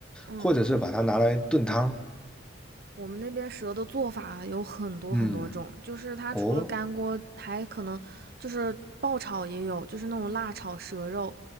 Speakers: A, on the right; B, in the centre.
A: 嗯。
B: 或者是把它拿来炖汤。
A: 我们那边蛇的做法啊有很多很多种，
B: 嗯，
A: 就是它除了干锅，
B: 哦，
A: 还可能就是爆炒也有，就是那种辣炒蛇肉，